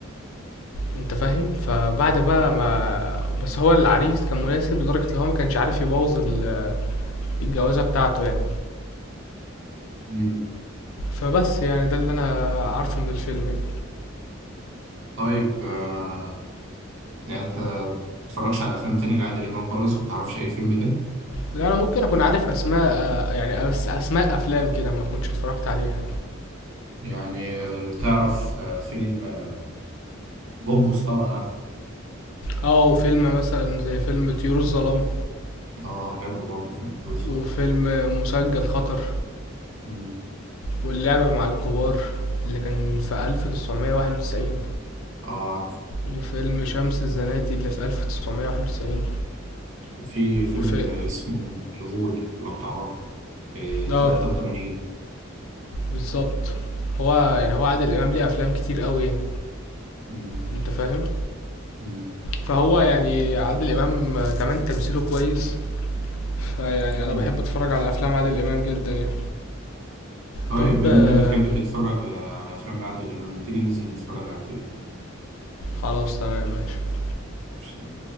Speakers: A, on the left (about 80°); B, on the right (about 70°).
A: انت فاهم فبعد بقى ما بس هو العريس كان مناسب لدرجة اللي هو ما كانش عارف يبوظ ال- الجوازة بتاعته يعني
B: مم.
A: فبس يعني ده اللي انا عارفه من الفيلم يعني
B: طيب آه يعني أنت متتفرجش على أفلام تاني لعادل إمام خالص متعرفش أي فيلم تاني؟
A: لا انا ممكن اكون عارف اسماء يعني أس- اسماء افلام كده ما كنتش اتفرجت عليها
B: يعني آه، تعرف
A: يعني
B: آه، فيلم آه، بوبوس طبعا عارف
A: اه وفيلم مثلا زي فيلم طيور الظلام
B: آه حلو برضه فيلم بوبوس ده.
A: وفيلم مسجل خطر
B: مم.
A: واللعبة مع الكبار اللي كان في 1991
B: آه عارف
A: وفيلم شمس الزناتي اللي في 1991
B: وفي فيلم
A: وفي
B: اسمه الغول لو تعرفه في
A: اه
B: 83
A: بالظبط هو يعني هو عادل امام ليه افلام كتير قوي يعني
B: مم.
A: انت فاهم
B: مم.
A: فهو يعني عادل امام كمان تمثيله كويس فيعني انا
B: مم.
A: بحب اتفرج على افلام عادل امام جدا يعني
B: طيب
A: طب
B: بما
A: آه،
B: إنك بتحب تتفرج آه، على أفلام لعادل إمام ما تيجي ننزل نتفرج على فيلم
A: خلاص تمام ماشي
B: معرفش تاني.